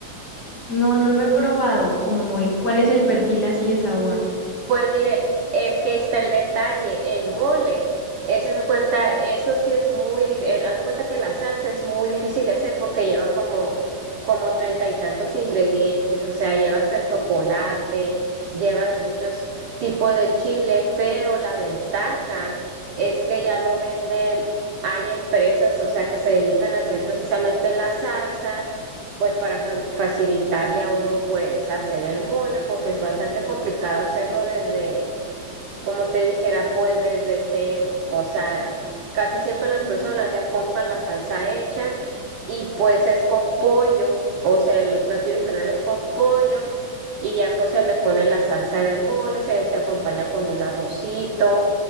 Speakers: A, on the left (about 40°); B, on the right (about 70°).
A: No, no lo he probado, como de- cuál es el perfil así de sabor.
B: Pues mire, es que ahí está el detalle, el mole. Ese se cuenta, eso sí es muy, di- eh, haz de cuenta que la salsa es muy difícil de hacer porque lleva como, como treinta y tantos ingredientes, o sea, lleva hasta chocolate, lleva de muchos tipos de chile, pero la ventaja es que ya lo venden, hay empresas, o sea, que se dedican a hacer precisamente la salsa pues para fa- facilitarle a uno pues hacer el mole, porque es bastante complicado hacerlo desde como te dijera, pues desde cero. O sea, casi siempre las
A: Mm.
B: personas ya compran la salsa hecha y pues es con pollo. O sea, el platillo original es con pollo y ya pues se le pone la salsa de mole, se, se acompaña con un arrocito.